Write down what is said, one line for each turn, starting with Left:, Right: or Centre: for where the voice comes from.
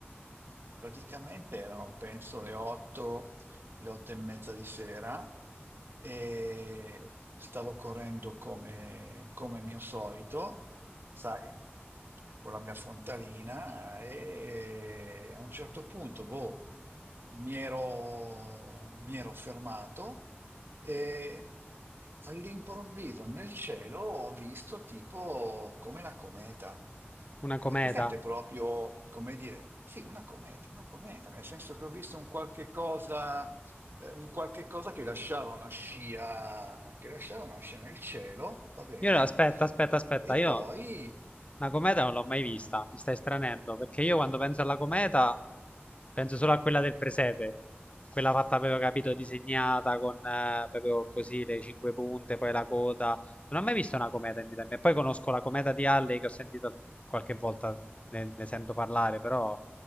Right: praticamente erano penso le 8, le 8 e mezza di sera e stavo correndo come, come mio solito, sai, con la mia frontalina e a un certo punto, boh. mi ero, mi ero fermato e all'improvviso nel cielo ho visto tipo come una cometa.
Left: Una
Right: È
Left: cometa.
Right: presente proprio, come dire, sì, una cometa, una cometa, nel senso che ho visto un qualche cosa, eh, un qualche cosa che lasciava una scia, che lasciava una scia nel cielo, va bene,
Left: Io no, aspetta, aspetta, aspetta,
Right: e
Left: io
Right: poi,
Left: una cometa non l'ho mai vista, mi stai stranendo, perché io quando penso alla cometa penso solo a quella del presepe, quella fatta, avevo capito, disegnata con eh, proprio così le cinque punte, poi la coda. Non ho mai visto una cometa in vita mia. Poi conosco la cometa di Halley che ho sentito qualche volta, ne, ne sento parlare, però